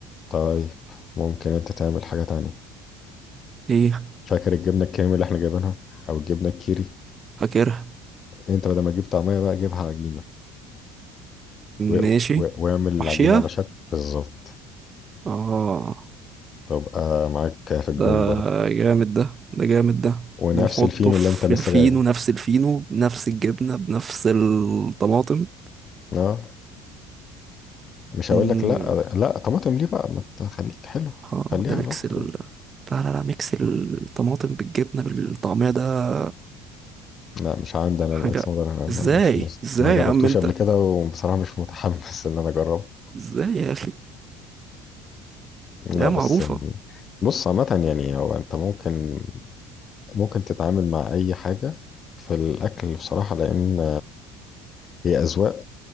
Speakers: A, on the left; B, on the right.
A: طيب ممكن انت تعمل حاجه تانية
B: ايه
A: فاكر الجبنه الكريمي اللي احنا جايبينها او الجبنه الكيري
B: فاكرها
A: انت بدل ما تجيب طعميه بقى جيبها عجينه و-
B: ماشي
A: و- واعمل العجينه
B: وحشية
A: على شكل بالظبط
B: اه
A: تبقى معاك في الجون
B: ده
A: برضه
B: جامد ده ده جامد ده
A: ونفس
B: ونحطه
A: الفينو
B: في
A: اللي انت لسه
B: الفينو
A: جايبه
B: نفس الفينو بنفس الجبنة بنفس الطماطم
A: اه مش هقول
B: مم.
A: لك لا آه، لا طماطم ليه بقى ما تخليك حلو
B: اه
A: خليها
B: ده ميكس
A: لوحده
B: ال...
A: بقى.
B: لا لا لا ميكس الطماطم بالجبنة بالطعمية ده
A: لا مش عندي انا
B: حاجة
A: الماكس موديل انا ما-
B: ازاي
A: مش مس...
B: ازاي
A: ما جربتوش
B: يا عم انت
A: قبل كده وبصراحة مش متحمس <laughs> ان انا اجربه
B: ازاي يا اخي
A: لا
B: ده
A: بس
B: معروفة
A: يعني بص عامة يعني هو انت ممكن ممكن تتعامل مع اي حاجة في الاكل بصراحة لان هي اذواق